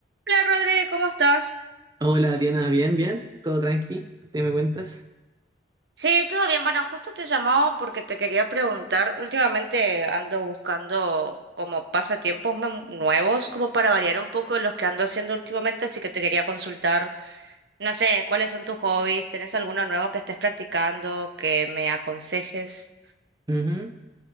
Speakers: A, on the right (about 70°); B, on the right (about 20°).
A: Hola Rodri, ¿cómo estás?
B: Hola Diana, bien, bien, todo tranqui, ¿te me cuentas?
A: Sí, todo bien. Bueno, justo te llamaba porque te quería preguntar. Últimamente ando buscando como pasatiempos me- nuevos, como para variar un poco los que ando haciendo últimamente, así que te quería consultar. No sé, ¿cuáles son tus hobbies? ¿Tenés alguno nuevo que estés practicando que me aconsejes?
B: Ujú.